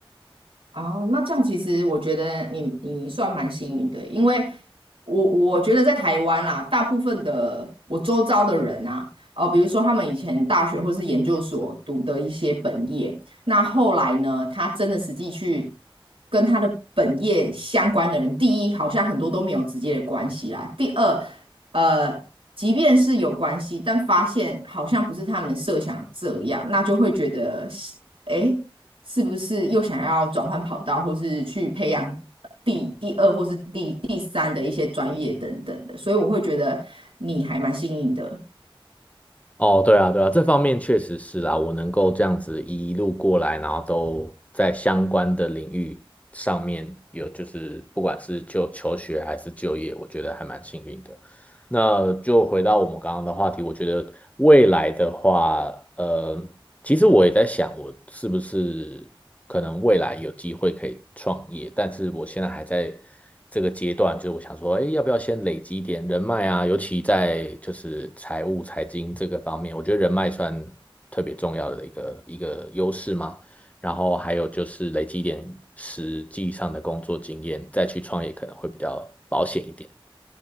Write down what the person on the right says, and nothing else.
哦，那这样其实我觉得你你算蛮幸运的，因为我我觉得在台湾啦，大部分的我周遭的人啊，哦、比如说他们以前大学或是研究所读的一些本业，那后来呢，他真的实际去跟他的本业相关的人，第一，好像很多都没有直接的关系啦；第二，呃，即便是有关系，但发现好像不是他们设想这样，那就会觉得，诶。是不是又想要转换跑道，或是去培养第第二或是第第三的一些专业等等的，所以我会觉得你还蛮幸运的。